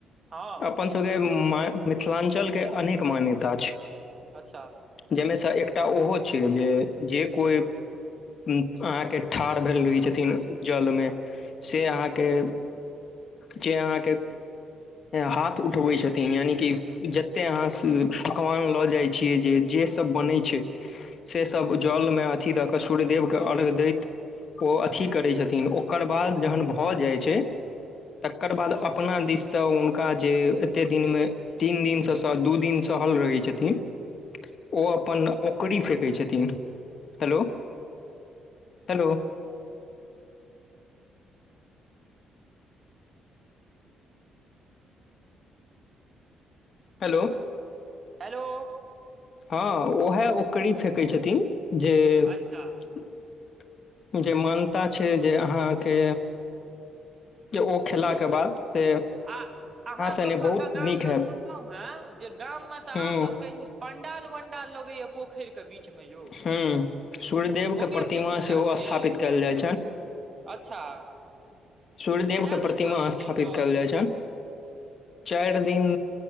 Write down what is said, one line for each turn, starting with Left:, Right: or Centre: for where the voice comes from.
Right: हँ
Left: अपन सभके मिथिलांचल अनेक मान्यता छै
Right: अच्छ
Left: जाहिमे सँ एकटा ओहो छै जे जे कोइ अहाँके ठाढ़ भेल रहै छथिन जल्मे से अहाँके जे अहाँके हाथ उठबै छथिन यानि कि जते अहाँ पकवान लऽ जाइ छियै जे जे सब बनै छै से सब जलमे अथी दऽ कऽ सूर्यदेवके अर्घ्य दैत ओ अथी करैत छथिन ओकर बाद जहन भऽ जाइत छै तकर बाद अपना दिससँ हुनका जे एते दिनमे तीन दिनसँ स दु दिन सहल रहैत छथिन ओ अपन ओकरी फेेकै छथिन हेलो हेलो हेलो
Right: हेलो
Left: हँ उएह ओकरी फेकै छथिन जे <unintelligible>
Right: अच्छा
Left: जे मान्यता छै जे अहाँके जे ओ खेलाके
Right: हुँ
Left: बाद से
Right: आ अहाँ सबके
Left: सने बहुत
Right: गाम
Left: नीक
Right: में सुनलहु
Left: हैत
Right: हे जे गाम में तऽ अहाँ
Left: हूँ
Right: सबके ई पंडाल वंडाल लगैया पोखरे बीचमें यौ
Left: हूँ सूर्यदेवके
Right: ओकर
Left: प्रतिमा
Right: की खिस्सा
Left: सेहो
Right: छिय
Left: स्थापित कयल जाइ
Right: अच्छा
Left: सूर्यदेव
Right: कए
Left: के
Right: दिन
Left: प्रतिमा
Right: चलै छै
Left: स्थापित
Right: ई सब
Left: कयल जाइत छै
Right: <inaudible>
Left: चाइर दिन